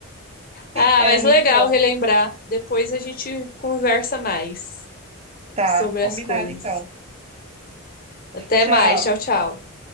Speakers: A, on the left; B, on the right.
A: Ah,
B: era
A: mas
B: muito
A: legal
B: bom.
A: relembrar. Depois a gente conversa mais
B: Tá,
A: sobre
B: combinado
A: as coisas.
B: então.
A: Até
B: Tchau.
A: mais. Tchau, tchau.